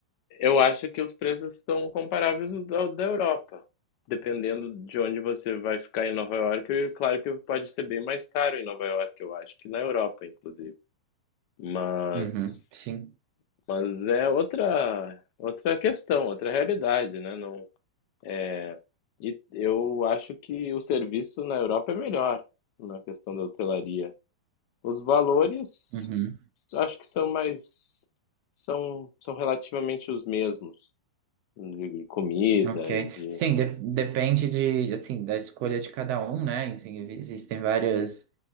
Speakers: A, on the left; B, on the right.
A: Eu acho que os preços estão comparáveis ao da da Europa. Dependendo de onde você vai ficar em Nova York, e claro que pode ser bem mais caro em Nova York, eu acho, que na Europa, inclusive. Mas,
B: Uhum, sim.
A: mas é outra, outra questão, outra realidade, né? Não, é e eu acho que o serviço na Europa é melhor na questão da hotelaria. Os valores
B: Uhum,
A: acho que são mais são são relativamente os mesmos de comida
B: ok.
A: e de
B: Sim, de- depende de, assim, da escolha de cada um, né? Assim, existem várias,